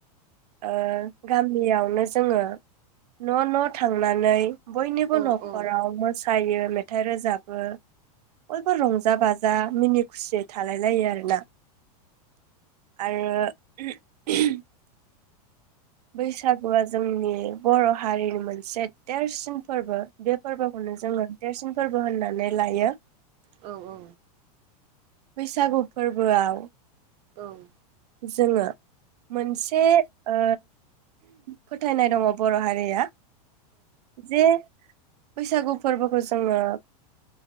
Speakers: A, on the right (about 80°); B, on the right (about 30°).
A: ओ गामियावनो जोङो न' न' थांनानै बयनिबो नखर
B: औ औ
A: मोस थायो मेथ मेथाइ रोजाबो बयबो रंजा बाजा मिनि खुसियै थालायलायो आरोना। आरो <unintelligible> बैसागुआ जोंनि बर' हारिनि मोनसे देरसिन फोरबो बे फोरबोखौनो जोङो देरसिन फोरबो होननानै लायो।
B: औ औ
A: बैसागु फोरबोआव
B: औ
A: जोङो मोनसे ओ फोथायनाय दङ' बर' हारिया जे बैसागु फोरबोखौ जोङो